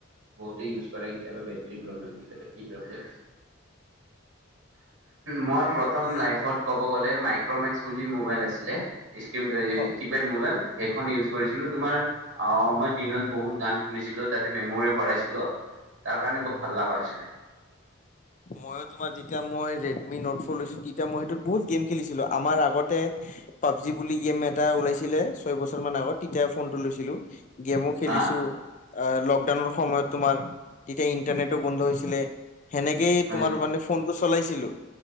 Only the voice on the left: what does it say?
এতিয়া
অ
ময়ো তোমাৰ যেতিয়া মই ৰেডমি নোট ফ' লৈছিলো তেতিয়া মই সেইটোত বহুত গেম খেলিছিলোঁ আমাৰ আগতে পাবজি বুলি গেম এটা ওলাইছিলে ছয় বছৰ মান আগত তেতিয়া ফোনটো লৈছিলোঁ। গেমো খেলিছো
অ লকডাউনৰ সময়ত তোমাৰ তেতিয়া ইন্টাৰনেটো বন্ধ হৈছিলে সেনেকেই <unintelligible>
তোমাৰ
মানে ফোন টো চলাইছিলোঁ